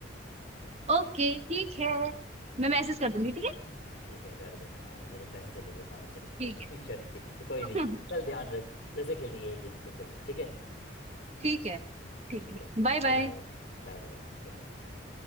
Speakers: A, on the right (about 35°); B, on the left (about 50°).
A: ओके ठीक है मैं मैसेज कर दूंगी
B: ठीक है कर देना यार मेरे पैसे चले गए पाँच सौ रुपये
A: ठीक है
B: <laughs> शर्त के पीछे कोई
A: ठीक
B: नहीं
A: है
B: चल
A: <laughs>
B: ध्यान रख फिर से खेलेंगे ये गेम फिर कभी ठीक है
A: ठीक है ठीक
B: ठीक
A: है
B: है
A: Bye
B: Bye
A: bye
B: bye Bye bye ध्यान रख अपना